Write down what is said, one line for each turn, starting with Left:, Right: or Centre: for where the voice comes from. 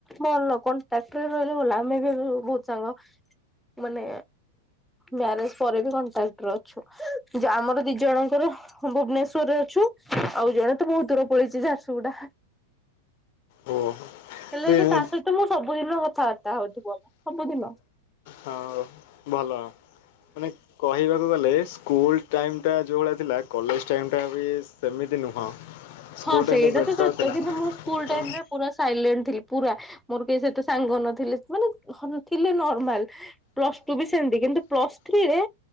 Centre: ଭଲ କଣ୍ଟାକ୍ଟ୍ ରେ ରହିଲେ ଭଲ ଆମେ ବି ବୋହୁତ୍ ସାଙ୍ଗ। ମାନେ ମ୍ୟାରେଜ୍ ପରେ ବି କଣ୍ଟ୍ରାକ୍ଟ୍ ରେ ଅଛୁ ଯେ ଆମର ଦି ଜଣଙ୍କର ହଁ ଭୁବନେଶ୍ଵରରେ ଅଛୁ ଆଉ ଜଣେ ତ ବୋହୁତ୍ ତରେ ପଳେଇଛି ଝାରସୁ ଗୁଡ଼ା
Left: ଓହୋ
Centre: ହେଲେ ହେଲେ ତା ସହିତ ମୁଁ ସବୁ ବୁଦିନ କଥାବାର୍ତ୍ତା ହଉଥିବ ସବୁଦିନ?
Left: ହଁ ଭଲ ମାନେ କହିବାକୁ ଗଲେ ସ୍ କୁଲ୍ ଟାଇମ୍ ଟା ଯୋଉ ଭଳିଆ ଥିଲା କଲେଜ୍ ଟାଇମ୍ ଟା ବି ସେମିତି ନୁହଁ। ସ୍କୁଲ
Centre: ହଁ
Left: ଟାଇମଟା
Centre: ସେଇଟା
Left: ବେଟର
Centre: ତ ସତ
Left: ଥିଲା
Centre: କିନ୍ତୁ ମୁଁ ସ୍କୁଲ୍
Left: ତ
Centre: ଟାଇମ୍ ରେ ପୁରା ସାଇଲେଣ୍ଟ୍ ଥିଲି। ପୁରା ମୋର କେହି ସେତେ ସାଙ୍ଗ ନଥିଲେ ମାନେ ହନ୍ ଥିଲେ ନର୍ମାଲ୍ ପ୍ଲସ୍ ଟୁ ବି ସେମ୍ ତି ଗେ ଏମ୍ ତି ପ୍ଲସ୍ ଥ୍ରୀରେ